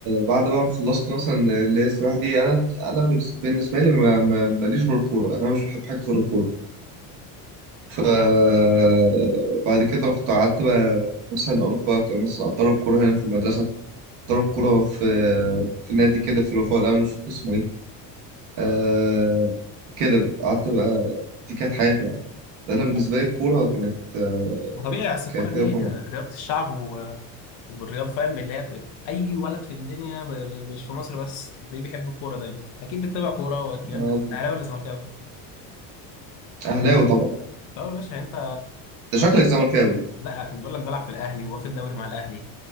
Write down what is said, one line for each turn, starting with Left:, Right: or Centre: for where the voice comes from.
Right: بعد بقى ما خلصت مثلا اللي هي السباحة دي أنا أنا بالنس- بالنسبة لي ما- ما- ماليش غير الكورة أنا مش بحب حاجة غير الكورة آه، بعد كده رحت قعدت بقى مثلا أروح بقى ك- مثلا أتدرب كورة هنا في المدرسة أتدرب كورة في في نادي كده في الوفاء الأول مش فاكر اسمه إيه آه، كده بقى قعدت بقى دي كانت حياتي يعني ده أنا بالنسبة
Left: فاهم طبعا.
Right: لي الكورة كانت آه،
Left: ما طبيعي اصل
Right: كانت
Left: الكوره دي
Right: هي رقم واحد
Left: رياضه الشعب و- والرياضه فاهم اللي هي في- اي ولد في الدنيا ب- ب- مش في مصر بس تلاقيه بيحب الكوره دايما اكيد بتتابع كوره واكيد انت
Right: أنا
Left: اهلاوي ولا زملكاوي
Right: أهلاوي طبعا
Left: طب يا باشا انت
Right: أنت شكلك زملكاوي
Left: لا بقول لك بلعب في الاهلي واخد دوري مع الاهلي